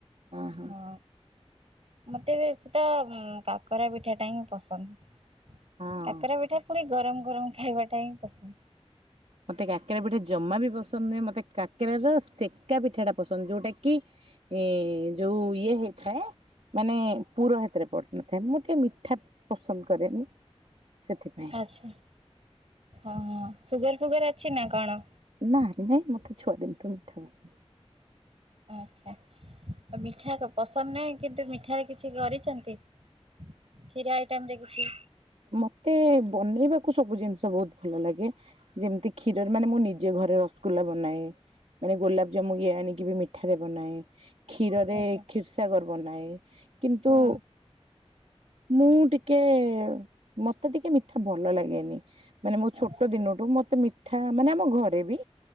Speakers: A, on the right (about 80°); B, on the right (about 65°).
A: ଅ।
B: ହଁ ମତେ ବେଶୀ ତ କାକରା ପିଠା ଟା ହିଁ ପସନ୍ଦ।
A: ହଁ
B: କାକରା ପିଠା ପୁଣି ଗରମ ଗରମ ଖାଇବାଟା ହିଁ ପସନ୍ଦ।
A: ମତେ କାକେରା ପିଠା ଜମା ବି ପସନ୍ଦ ନୁହେଁ ମତେ କାକେରା ର ସେକା ପିଠା ଟା ପସନ୍ଦ ଯୋଉଟା କି ଏ ଯୋଉ ଇଏ ହେଇଥାଏ। ମାନେ ପୁର ହେତିରେ ପଡ଼ି ନଥାଏ ମୁଁ ଟିକେ ମିଠା ପସନ୍ଦ କରେନି। ସେଥିପାଇଁ।
B: ଆଚ୍ଛା। ହଁ, ସୁଗାର ଫୁଗାର ଅଛି ନା କଣ?
A: ନାଇ ନାଇଁ, ମତେ ଛୁଆ ଦିନଠୁ ମିଠା ପସନ୍ଦ ନୁହେଁ।
B: ଆଚ୍ଛା, ମିଠା ତ ପସନ୍ଦ ନାହିଁ କିନ୍ତୁ ମିଠାରେ କିଛି କରିଛନ୍ତି? କ୍ଷୀର ଆଇଟମ ରେ କିଛି।
A: ମତେ ବନେଇବାକୁ ସବୁ ଜିନିଷ ବହୁତ ଭଲ ଲାଗେ। ଯେମିତି କ୍ଷୀରରେ ମାନେ ମୁଁ ନିଜେ ଘରେ ରସଗୁଲା ବନାଏ। ମାନେ ଗୋଲାପଜାମୁ ଇଏ ଆଣିକି ବି ମି ରେ ବନାଏ, କ୍ଷୀରରେ
B: ଆଚ୍ଛା
A: କ୍ଷୀରସାଗର ବନାଏ। କିନ୍ତୁ
B: ହୁଁ
A: ମୁଁ ଟିକେ ମତେ ଟିକେ ମିଠା ଭଲ ଲାଗେନି, ମାନେ ମୋ ଛୋଟ
B: ଆଚ୍ଛା
A: ଦିନଠୁ ମତେ ମି ମିଠା ମାନେ ଆମ ଘରେ ବି,